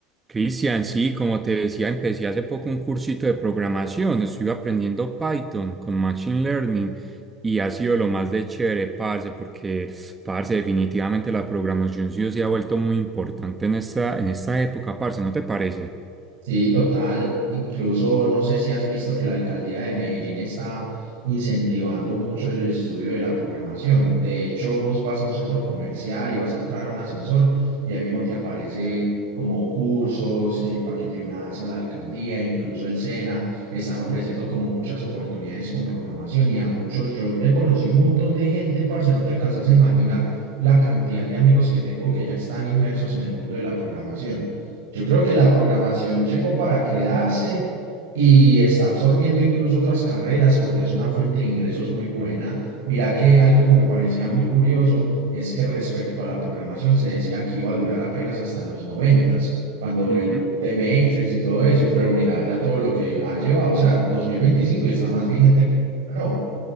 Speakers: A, on the right (about 15°); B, on the right (about 80°).
A: Cristian, sí, como te decía, empecé hace poco un cursito de programación. Estuve aprendiendo Python con Machine Learning y ha sido lo más de chévere, parce, porque, parce, definitivamente la programación sí se ha vuelto muy importante en esta, en esta época, parce, ¿no te parece?
B: Sí, total. Incluso no sé si has visto que la alcaldía de Medellín está incentivando mucho el estudio de la programación. De hecho, vos vas a un centro comercial y vas a entrar a un ascensor y ahí mismo te aparece como cursos, eh, para que te unas a la alcaldía, incluso el SENA, están ofreciendo como muchas oportunidades con programación y a muchos, yo he conocido un montón de gente, parce, no te alcanzas a imaginar la cantidad de amigos que tengo que ya están inmersos en el mundo de la programación. Yo creo que la programación llegó para quedarse y está absorbiendo incluso otras carreras porque es una fuente de ingresos muy buena. Mira que algo que me parecía muy curioso es que respecto a la programación se decía que iba a durar apenas hasta los noventas, cuando
A: Ujú.
B: el boom de Matrix y todo eso, pero mira ya todo lo que ha llevado, o sea, 2025 y está más vigente que nunca, ¿no?